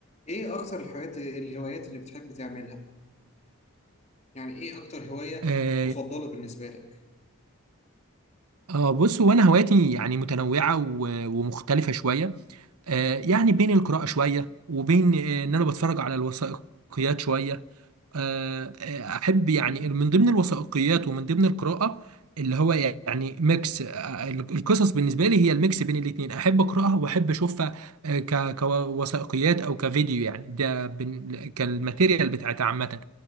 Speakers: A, on the left; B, on the right.
A: ايه اكتر الحاجات الهوايات اللي بتحب تعملها يعني ايه اكتر هواية
B: آه
A: مفضلة بالنسبة لك
B: آه، بص هو انا هواياتي يعني متنوعه و- ومختلفه شويه آه يعني بين القراءه شويه وبين آه ان انا بتفرج على الوثائقيات شويه آه آه، احب يعني من ضمن الوثائقيات ومن ضمن القراءه اللي هو يعني ميكس آه، القصص بالنسبه لي هي الميكس بين الاثنين احب اقراها واحب اشوفها آه، ك- كوثائقيات او كفيديو يعني ده بن- كالماتيريال بتاعتها عامه